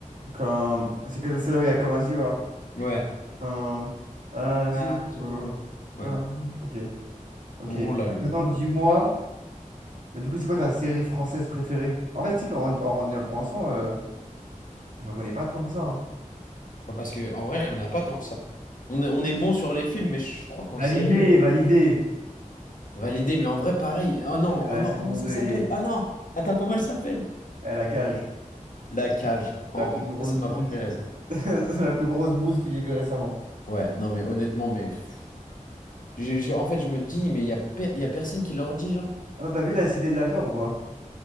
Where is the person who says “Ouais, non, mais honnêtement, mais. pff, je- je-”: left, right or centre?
Left